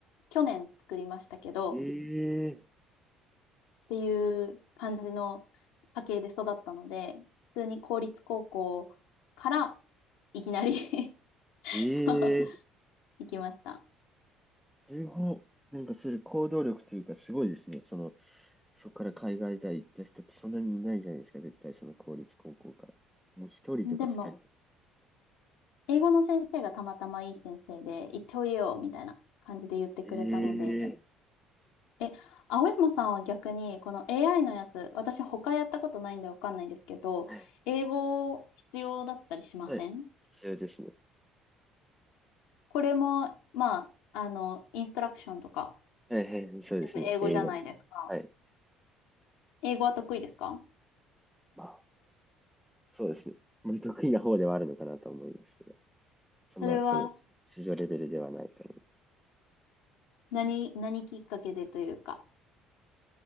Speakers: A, on the left (about 60°); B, in the centre.
A: 去年作りましたけど、
B: ええ
A: っていう感じの家系で育ったので、普通に公立高校からいきなり
B: ええ
A: <laughs> 行きました。
B: すご、なんかする行動力というかすごいですね。その、そこから海外大行った人ってそんなにいないじゃないですか、絶対その公立高校から。もう一人とか二人とか。
A: でも、英語の先生がたまたまいい先生で、行っておいでよ、みたいな感じで言ってくれたので、
B: ええ
A: え、青山さんは逆に、この AI のやつ、私他やったことないんでわかんないんですけど、
B: はい。
A: 英語必要だったりしません
B: はい。そうですね。
A: これも、まあ、あの、インストラクションとか、
B: はいはいはい、そうですね。
A: 全部英語じゃないですか。
B: 英語ですね。はい。
A: 英語は得意ですか
B: まあ、そうですね。まあ、得意な方ではあるのかなと思いますけど、そんな、
A: それは
B: その、市場レベルではないと思う。
A: 何、何きっかけでというか、